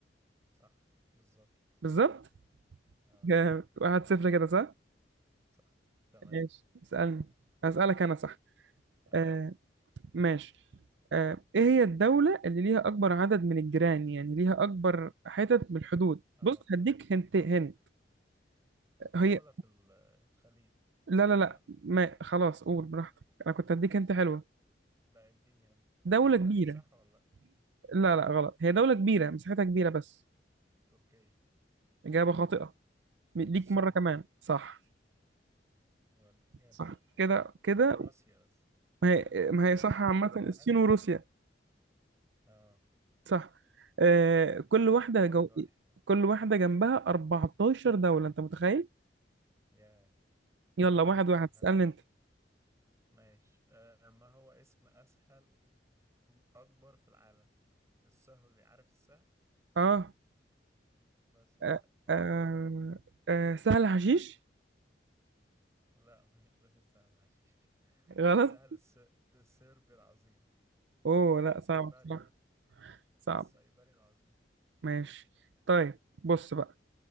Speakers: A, on the right; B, on the right.
A: صح بالظبط
B: بالظبط <laughs>
A: اه
B: جامد واحد صفر كده صح؟
A: صح تمام
B: ماشي اسألني أسألك أنا صح
A: أي
B: آه ماشي آه، ايه هي الدولة اللي ليها اكبر عدد من الجيران يعني ليها اكبر حتت من الحدود
A: اه
B: بص
A: فهمت
B: هديك هنت هنت هي
A: دولة في الخليج
B: لا لا لا
A: صح
B: ما خلاص قول براحتك انا كنت هديك هنت حلوة
A: لا اديني هنت
B: دولة
A: خليج
B: كبيرة
A: صح ولا لأ؟
B: لا لا غلط هي دولة كبيرة مساحتها كبيرة بس
A: تركيا
B: إجابة خاطئة ليك
A: الصين
B: مرة كمان صح
A: ودي جامد
B: صح كده كده
A: كنت أقول روسيا بس
B: ما هي ما
A: ماشي
B: هي صح عامة
A: كده واحد
B: الصين
A: واحد
B: وروسيا
A: اه
B: صح آه كل واحدة
A: واحد
B: جو...
A: واحد
B: كل واحدة جنبها 14 دولة أنت متخيل؟
A: ياه
B: يلا واحد
A: ده
B: واحد
A: حلو
B: اسألني أنت
A: ماشي آه ما هو اسم اسهل اكبر في العالم السهل اللي عارف السهل
B: اه
A: بس ايه
B: آه،
A: اكبر
B: آه،
A: واحد
B: آه، سهل حشيش
A: لا مش <laughs> غير السهل حشيش <laughs>
B: غلط
A: السهل الس... السربي العظيم
B: اوه لا
A: سايبري
B: صعب بصراحة صعب
A: السايبري العظيم
B: ماشي طيب بص بقى